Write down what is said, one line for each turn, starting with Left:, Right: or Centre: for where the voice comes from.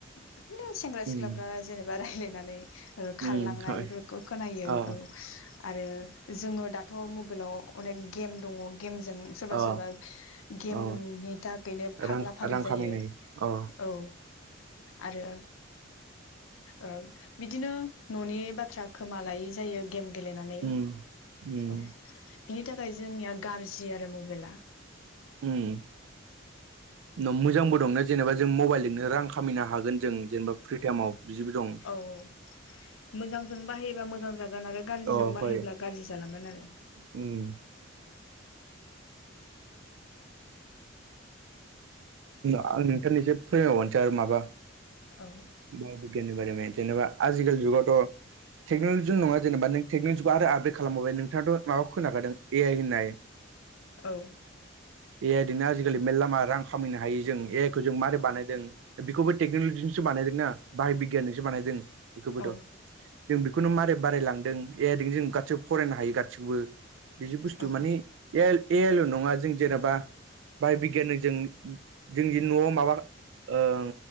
Left: बिदिनो सेंग्रा
Right: उम
Left: सिख्लाफ्रा जेनेबा रायलायनानै ओ खारलांनाय
Right: उम
Left: बेफोरखौ खोनायो
Right: अ
Left: औ आरो जोङो दा थ' मबाइलाव अनेक गेम दङ गेमजों सोरबा
Right: अ
Left: सोरबा गेमनि
Right: अ
Left: थाखायनो फाग्ला
Right: रां
Left: फाग्लि
Right: रां
Left: जायो
Right: खामायनाय अ
Left: औ। आरो ओ बिदिनो न'नि बाथ्रा खोमा लायै जायो गेम गेलेनानै।
Right: उम उम
Left: औ बिनि थाखाय जोंनिया गाज्रि आरो मबाइला।
Right: उम मोजांबो दंना जेनेबा जों मबाइलजोंनो रां खामिनो हागोन जों जेनेबा फ्रि टाइमाव बिदिबो दं।
Left: औ औ मोजांजों बाहायोबा मोजां जागोन आरो गाज्रिजों
Right: अ
Left: बाहायोब्ला
Right: हय
Left: गाज्रि जालांगोन आरो।
Right: उम। <unintelligible> आं नोंथांनो एसे फोरमायवानोसै आरो माबा
Left: औ।
Right: बाय' बिगियाननि बारे जेनेबा आजिखालि जुगावथ' टेक्नलजिल' नङा जेनेबा नों टेक्नलजिखौ आरो आपदेट खालामबावबाय नोंथाङाथ' माबाखौ खोनाखादों ए आइ होननाय?
Left: औ।
Right: ए आइ जोंनो आजिखालि मेर्ला मा रां खामायनो हायो जों ए आइ खौ जों मारै बानायदों बेखौबो टेक्न'लजिजोंसो बानायदोंना बाहाय बिगियानजोंसो बानायदों बेखौबोथ'।
Left: औ
Right: जों बेखौनो मारै बारायलांदों एदिनो जों गासिबो फरायनो हायो गासिखौबो। बिदि बुस्थु
Left: औ
Right: माने ए आइ ए आइल' नङा जों जेनेबा बाहाय बिगियान जों जोंदि न'आव माबा ओं